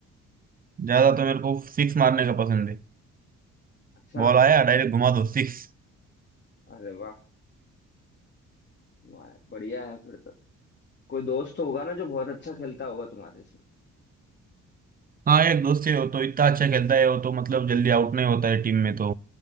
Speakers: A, on the right; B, on the left.
A: ज्यादा तो मेरे को सिक्स मारने का पसंद है
B: अच्छा
A: बॉल आया डायरेक्ट घुमा दो सिक्स
B: अरे वाह वाह बढ़िया है फिर तो कोई दोस्त होगा ना जो बहुत अच्छा खेलता होगा तुम्हारे इसमें
A: हाँ यार दोस्त है वो तो इतना अच्छा खेलता है वो तो मतलब जल्दी आउट नहीं होता है टीम में तो